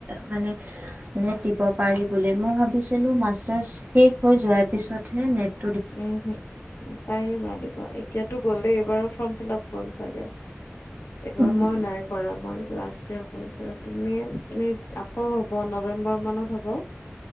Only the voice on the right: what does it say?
মানে নেট দিব পাৰি বুলি মই ভাবিছিলোঁ মাষ্টাৰছ শেষ হৈ যোৱাৰ পিছতহে নেট
উম